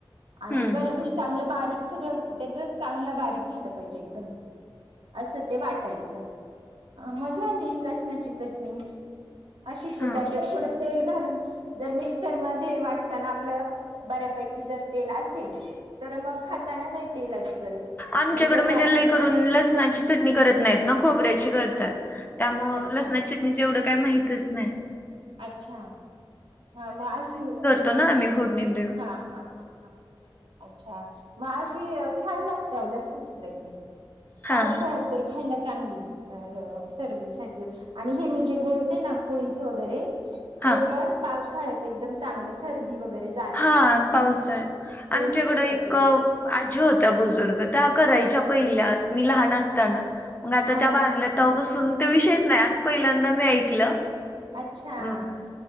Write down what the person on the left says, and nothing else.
हम्म
हा
आमच्याकडं
म्हणजे
लयकरून लसणाची चटणी करत नाहीत ना खोबऱ्याची कर त्यामुळ
लसनणाच्या चटणीच एवढं काही माहितच नाही.
हा आम्ही फोडणी देऊन
हा
हा
हा पावसाळ्यात. आमच्याकडं
एक
आजी होत्या बुजुर्ग. त्या करायच्या पहिल्या मी लहान अस ताना,
मग आता
त्या
वारल्या
तवा पसून ते विषयच नाही आज पहिल्यांदा मी ऐकलं.
हम्म